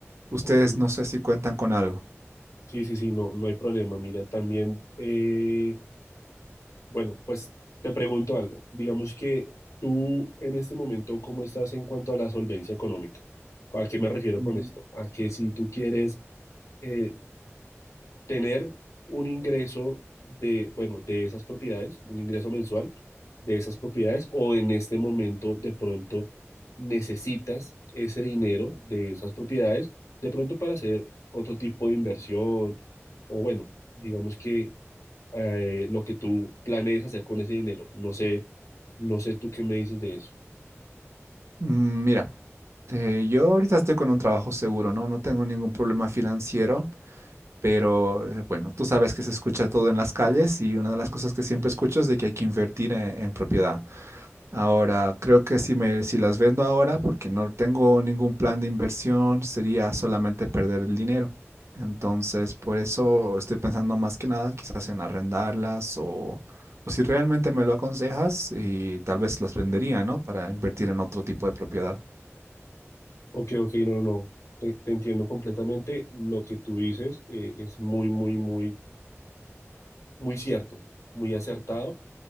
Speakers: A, on the right; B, on the left.
A: Ustedes
B: ok.
A: no sé si cuentan con algo.
B: Sí, sí, sí, no, no hay problema. Mira, también, eh, bueno, pues te pregunto algo. Digamos que tú en este momento, ¿cómo estás en cuanto a la solvencia económica? ¿A qué me refiero
A: Mm.
B: con esto? A que si tú quieres... eh, tener un ingreso de, bueno, de esas propiedades, un ingreso mensual de esas propiedades, o en este momento de pronto necesitas ese dinero de esas propiedades, de pronto para hacer otro tipo de inversión, o bueno, digamos que eh, lo que tú planees hacer con ese dinero. No sé, no sé tú qué me dices de eso.
A: Mm, Mira, eh, yo ahorita estoy con un trabajo seguro, ¿no? No tengo ningún problema financiero, pero eh, bueno, tú sabes que se escucha todo en las calles y una de las cosas que siempre escucho es de que hay que invertir en, en propiedad. Ahora, creo que si me, si las vendo ahora, porque no tengo ningún plan de inversión, sería solamente perder el dinero. Entonces, por eso estoy pensando más que nada quizás en arrendarlas o, o si realmente me lo aconsejas y tal vez las vendería, ¿no? Para invertir en otro tipo de propiedad.
B: Ok, ok, no, no, no. Te, te entiendo completamente. Lo que tú dices eh, es muy, muy, muy, muy cierto, muy acertado.